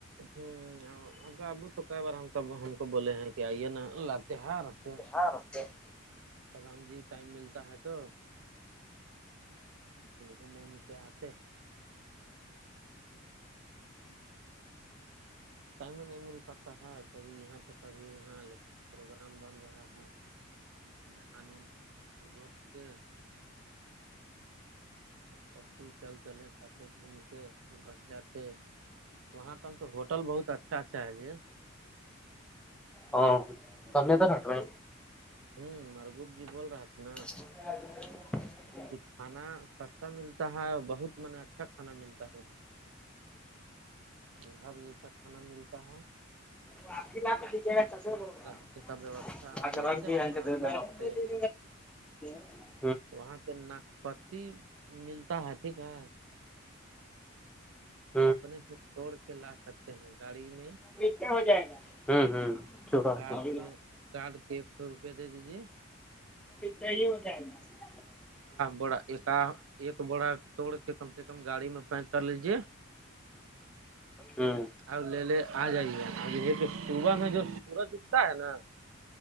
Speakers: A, on the right; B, in the centre.
A: ہ اب کا ابو تو کئی بار ہم ہم کو بولے ہیں کہ آئیے نا لااتہار <unintelligible>
B: ہاں رے <unintelligible>
A: سدام جی ٹائم ملتا ہے تو <unintelligible> گھوم اوم کے آتے <unintelligible> ٹائم نہیں مل پاتا ہے کبھی یہاں تو کبھی وہاں پروگرام بن رہا ہے دھان روپ کے <unintelligible> سب کوئی چل چلے سات گھوم کےھر بس جاتے وہاں کا تو ہوٹل بہت اچھا اچھا ہے یہ
B: ہاں سنے تو کٹ پ <unintelligible>
A: ہوں مرگوپ جی بول رہا تھا نا
B: <inaudible>
A: کھانا سستا ملتا ہے اور بہت م اچھا کھانا ملتا ہے گھر ج سا کھانا ملتا ہے <unintelligible>
B: آپ بات <unintelligible> جا <unintelligible>
A: رہنے کا ویوستھا
B: ا
A: اور
B: کر
A: جانتے
B: ر بھی
A: ہیں وہاں کا سے
B: <unintelligible>
A: وہاں پہ نااک پتی ملتا ہے ٹھیک ہے
B: ال <unintelligible>
A: اپنے سے توڑ کے لا سکتے ہیں گاڑی میں
B: جائے گا ہ ہ چوراتی
A: کار
B: <inaudible> بی
A: کے کارڈ کے ایک سو روپے دے دیجیے
B: بیھا ہی ہوتا ہے گا <inaudible>
A: بڑ ایک بڑا چڑ کتن <inaudible> کم گاڑی میں پینک کر لیجے
B: ہ
A: اب لے لے آ جائیے اب یہ تو صبح میں جو سورج اگتا ہے نا